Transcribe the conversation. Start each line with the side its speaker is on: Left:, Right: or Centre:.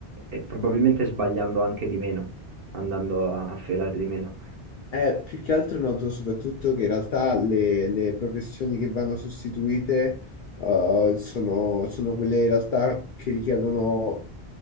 Right: e probabilmente sbagliando anche di meno, andando a, a felare di meno.
Left: Eh, più che altro noto soprattutto che in realtà le, le professioni che vanno sostituite eh, sono, sono quelle in realtà che richiedono